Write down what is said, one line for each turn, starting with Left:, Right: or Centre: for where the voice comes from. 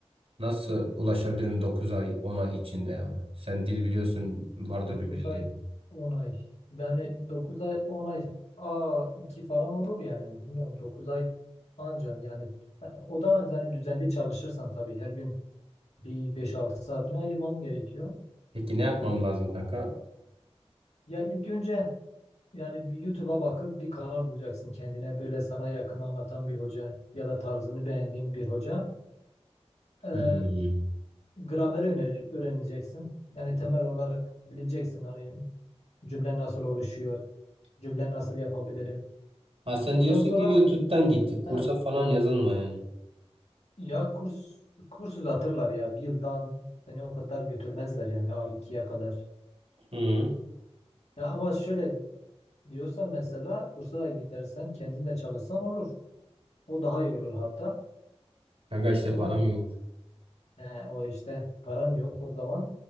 Right: Nasıl ulaşabilirim 9 ay 10 ay içinde ya? Sen dil biliyorsun vardır
Left: 9
Right: bir bildiğin.
Left: ay 10 ay. Yani 9 ay on ay a 2 falan olur yani. Bilmiyorum 9 ay anca yani o da yani düzenli çalışırsan tabii her gün bir beş altı saatini ayırman gerekiyor.
Right: Peki ne yapmam lazım kanka?
Left: Ya ilk önce yani bir YouTube'a bakıp bir kanal bulacaksın kendine böyle sana yakın anlatan bir hoca ya da tarzını beğendiğin bir hoca. Ee,
Right: Hmm.
Left: gramer öne- öğreneceksin. Yani temel olarak bileceksin hani cümle nasıl oluşuyor, cümle nasıl yapabilirim.
Right: Ha sen
Left: Ondan
Right: diyorsun
Left: sonra
Right: ki YouTube'dan gitti. Kursa
Left: ha,
Right: falan yazılma yani.
Left: ya kurs kurs uzatırlar ya bir yıldan seni o kadar götürmezler yani A2'ye kadar.
Right: Hı.
Left: Ya ama şöyle diyorsan mesela kursa da gidersen kendin de çalışsan olur. O daha iyi olur hatta.
Right: Kanka işte
Left: Ama
Right: param yok.
Left: e, o işte paran yok o zaman